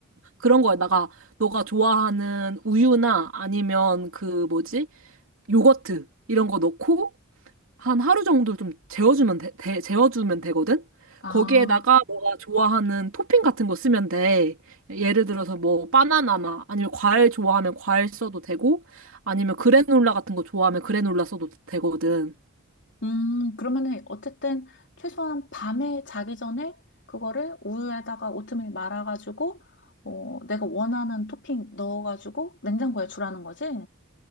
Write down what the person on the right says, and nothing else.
그런 거에다가 너가 좋아하는 우유나 아니면 그 뭐지? 요거트 이런 거 넣고 한 하루 정도 좀 재워주면 돼, 돼- 재워주면 되거든?
거기에다가 너가 좋아하는 토핑 같은 거 쓰면 돼. 예를 들어서 뭐 바나나나 아니면 과일 좋아하면 과일 써도 되고 아니면 그래놀라 같은 거 좋아하면 그래놀라 써도 되거든.